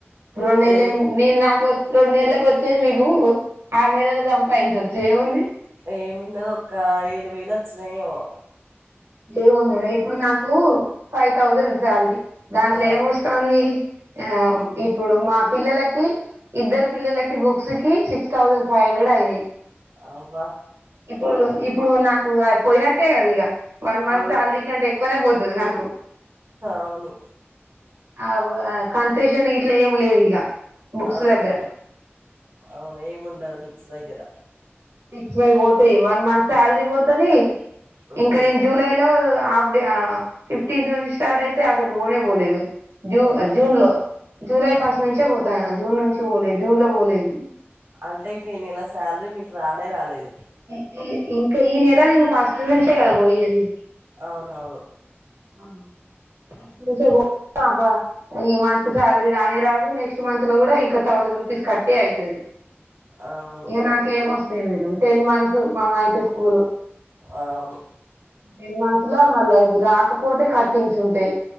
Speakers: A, on the right; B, on the right.
A: రొన్నేళ్లేం
B: ఏ
A: నేన్ నాకోసం రోన్నేల్లకు వచ్చేది మీకూ ఆర్నెళ్ళలో సంపాయించొచ్చు ఏముందీ
B: ఏమున్నది ఒక ఏడు వేలు వచ్చినయేమో
A: ఏవో మేడం ఇప్పుడు నాకు ఫైవ్ థౌసండ్ శాలరీ దాంట్ల
B: ఆ,
A: ఏమోస్తాంది ఆ
B: ఉమ్,
A: ఇప్పుడు మా పిల్లలకి ఇద్దరు పిల్లలకి బుక్స్కి సిక్స్ థౌసండ్ ఫైవ్ హండ్రెడ్ అయినయ్
B: అవ్వ
A: ఇప్పుడు ఇప్పుడూ నాకూ ఆయ్ పోయినట్టేగ ఇగ వన్ మంత్
B: అవును
A: సాలరీ కంటే ఎక్కువనే పోతది నాకు
B: అవును
A: ఆ కాన్సేషన్ ఇట్ల ఏం లేదు ఇగ ఆబుక్స్
B: ఆహా
A: దేగ్గర
B: అవును ఏమి ఉండదు బుక్స్ దగ్గర
A: సిక్స్ అయ్ బోతయ్ వన్ మంత్ స్యాల్రీ బోతదీ
B: ఉమ్,
A: ఇంక నేన్జి ఆయ్లో ఆఫ్డే ఫిఫ్టీన్త్ నుంచి స్టార్ట్ ఐతే అసలు బోనే బోలేదు జూ
B: ఆహా
A: జూన్లో జూలై ఫస్ట్
B: అవునా
A: నుంచే బోతాన జూన్ నుంచి బోలే జూన్లో బోలేదు
B: అంటే ఇక ఈ నెల స్యాల్రీ మీకు రానే రాలేదు
A: ఇ ఇ ఇంక ఈ నెల నేను ఫస్ట్ నుంచే కదా పోయేది
B: ఔనవును
A: <unintelligible> ఈ మంతు స్యాల్రి రానే రాదు నెక్స్ట్ మంత్లో గుడా ఇంక థౌసండ్ రూపీస్ కట్టే ఐతదీ
B: అవును
A: ఇగ నాకేం వస్తాయి మేడం టెన్ మంత్స్ మహా అయితే స్కూల్
B: ఆవును
A: టెన్ మంత్స్ల మళ్ళ ఇవి రాకపోతే కట్టింగ్స్ ఉంటయ్